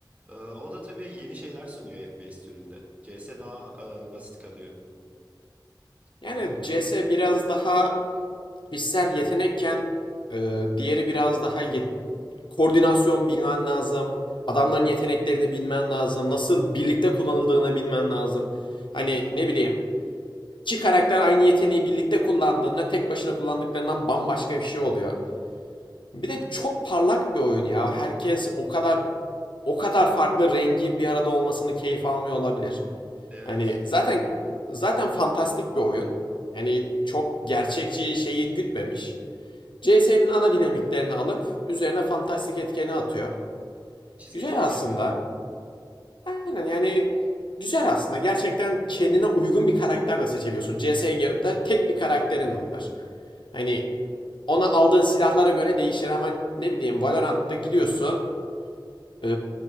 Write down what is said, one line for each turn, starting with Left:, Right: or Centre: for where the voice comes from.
Right: eee, o da tabii yeni şeyler sunuyor FPS türünde. CS daha eee, basit kalıyor.
Left: Yani
Right: Uzak.
Left: C S biraz daha kişisel yetenekken e, diğeri biraz daha yet- koordinasyon bilmen lazım. Adamların yeteneklerini bilmen lazım. Nasıl birlikte kullanıldığını bilmen lazım. Hani ne bileyim iki karakter aynı yeteneği birlikte kullandığında tek başına kullandıklarından bambaşka bir şey oluyor. Bir de çok parlak bir oyun ya. Herkes o kadar o kadar farklı rengi bir arada olmasını keyif almıyor olabilir.
Right: Evet.
Left: Hani zaten zaten fantastik bir oyun. Yani çok gerçekçi şeyi gütmemiş. CS'nin ana dinamiklerini alıp üzerine fantastik etkeni atıyor.
Right: Çizgi
Left: Güzel
Right: film
Left: aslında.
Right: gibi.
Left: Aynen yani güzel aslında. Gerçekten kendine uygun bir karakter de seçebiliyorsun. CS'de tek bir karakterin var. Hani ona aldığın silahlara göre değişir ama ne bileyim Valorant'ta gidiyorsun. Ee,